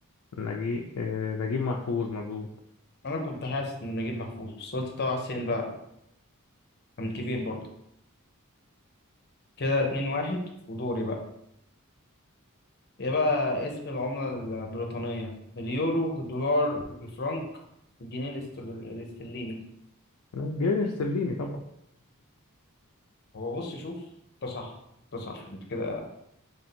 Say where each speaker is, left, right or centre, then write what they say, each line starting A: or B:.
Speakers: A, on the left; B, on the left.
A: <laughs> نجيب آه... نجيب محفوظ مظبوط
B: أنا كنت حاسس إن نجيب محفوظ بس قلت طه حسين بقى كان كبير برضه كده اتنين واحد ودوري بقى ايه بقى اسم العملة البريطانية اليورو الدولار الفرنك الجنيه الاستر- الاسترليني
A: جابر سليني طبعا
B: هو بص شوف ده صح ده صح انت كده